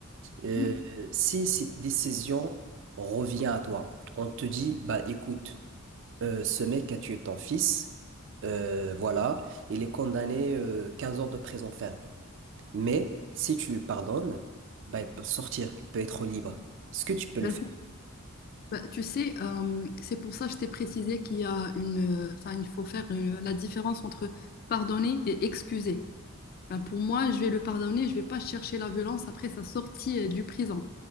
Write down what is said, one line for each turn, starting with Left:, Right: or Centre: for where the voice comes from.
Right: Euh,
Left: oui,
Right: si cette décision revient à toi, on te dit, bah écoute, euh, ce mec a tué ton fils, euh, voilà, il est condamné euh, 15 ans de prison ferme. Mais si tu lui pardonnes, bah, il peut sortir, il peut être libre. Est-ce que tu peux
Left: ben,
Right: le faire?
Left: ben, tu sais, euh, c'est pour ça que je t'ai précisé qu'il y a une, euh, enfin, il faut faire une- la différence entre pardonner et excuser. Ben, pour moi, je vais le pardonner, je vais pas chercher la violence après sa sortie euh, du prison.